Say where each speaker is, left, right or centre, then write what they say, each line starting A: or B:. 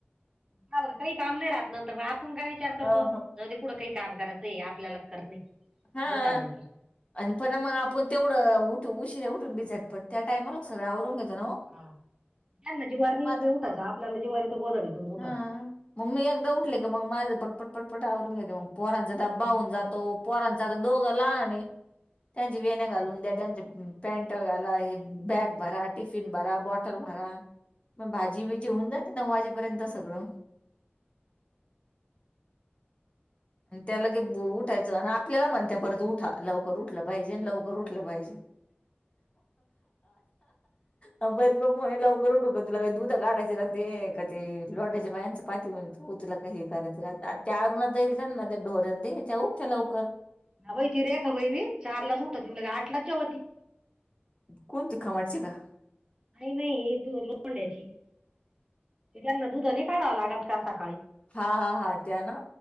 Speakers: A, on the right; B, on the left.
A: हा बर काही काम नाही राहत, नंतर म आपण काय विचार करतो
B: अ
A: जाऊ दे कुढं काही काम करायचंय आपल्यालाच करणे.
B: हा.
A: उठा नंतर
B: आणि परण मग आपण तेवढं उठ उशिरे उठून बिझटपड त्या टाइमला ल सगळं आवरून घेतो ना.
A: हा त्यांना जीवार नाही
B: मग आता
A: उठायच आपल्याला जिवारी येतो गोदाडी घेन उठाच.
B: हा मग मी एकदा उठले की मग माझं पटपट पटपट आवरूनंग घेते मग पोरांचा ड्बाहून जातो. पोरांच आता, दोघं लहान ए त्यांची वेण्या घालून
A: हा
B: देत्याल त्यांनी पॅन्ट घाला हे बॅग भरा, टिफिन भरा, बॉटल भरा मग भाजी बिजी होऊन जाते, नऊ वाजेपर्यंत सगळं त्या लगे उठायचं आन आपल्याला म्हणतिया परत उठा लव लवकर उठलं पाहिजे आण लवकर उठलं पाहिजे, आ बरीच बाप् म्हला उरठक तुला काही दुधा काढाय ते का ते लोंडयच्या बायांचं पाती म्हण तुला. हे करायच त्यावरुणात येईल त्या ना ढोरण ते उठ्या लवकर.
A: ह बाई ती रेखा बई बी चारलाच उठत त आठलाच जे ती.
B: कोण चुखा मच का.
A: नाही नाही तू लों द्याची ते त्यांना दुधानी काढावं लागत का सकाळी.
B: हा हा हा त्या ना